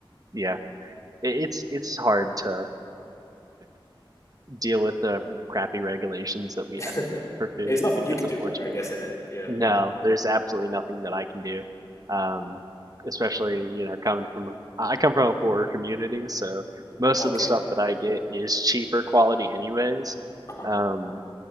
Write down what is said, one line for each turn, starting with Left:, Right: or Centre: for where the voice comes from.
Right: yeah. It, it's it's hard to deal with the crappy regulations that we
Left: <laughs>
Right: have for food.
Left: There's nothing you
Right: It's
Left: can
Right: unfortunate.
Left: do about it, I guess, isn't it. Yeah.
Right: No, there's absolutely nothing that I can do. Um, especially, you know, coming from a, I come from a poorer community, so most
Left: Okay.
Right: of the stuff that I get is cheaper quality anyways.
Left: Uh huh.
Right: Um,